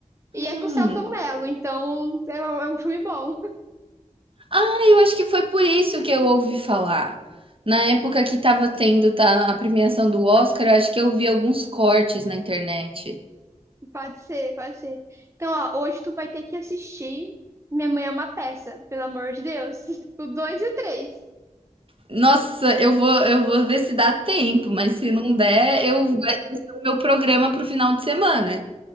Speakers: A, on the right; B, on the right.
A: Hum.
B: E é com o Selton Mello, então é, um é um filme bom.
A: Ah, eu acho que foi por isso que eu ouvi falar. Na época que estava tendo tá a premiação do Oscar, eu acho que eu vi alguns cortes na internet.
B: <laughs> Pode ser, pode ser. Então, ó, hoje tu vai ter que assistir Minha Mãe é uma Peça, pelo amor de Deus. <laughs> O 2 e o 3.
A: Nossa, eu vou eu vou ver se dá tempo, mas se não der, eu vai o meu programa para o final de semana.